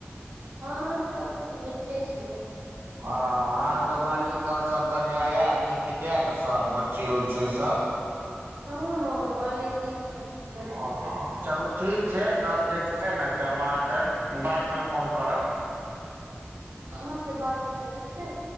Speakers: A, on the right; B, on the right.
A: हँ सबकुछ नीके छै
B: हँ अहांके मालिक और सब बढ़ियां ये नीक ये ने सब बच्ची उच्ची सब
A: हँ हॅं <inaudible>
B: ह चलू ठीक छै तब जे छै ने हम अहाँके बादमे फोन करब।
A: अहों के बाल बच्चा ठीक छत।